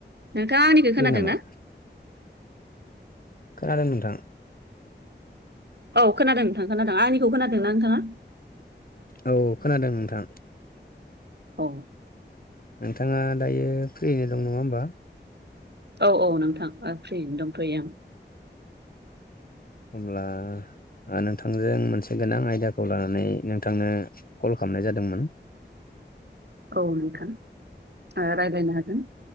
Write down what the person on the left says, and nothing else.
फ्रि
नामा
खाल नथां
औ खोनादों नोंथां।
नोंथाङा दायो फ्रियैनो दं नङा होमबा
हब्ला नोंथांजों मोनसे गोनां आयदाखौ लानानै नोंथांनो कल खालामनाय जादोंमोन